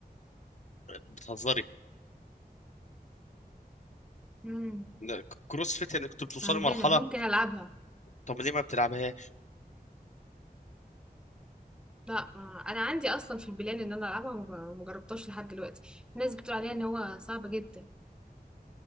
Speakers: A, on the left; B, in the centre.
A: بتهزري
B: امم
A: ده ك- كروس فيت يعني كنت بتوصلي
B: عندنا
A: مرحله
B: ممكن العبها
A: طب ليه ما بتلعبهاش
B: لأ ما أنا عندي أصلًا في البلان إن أنا ألعبها وما ما جربتهاش لحد دلوقتي، الناس بتقول عليها إن هو صعب جدًا،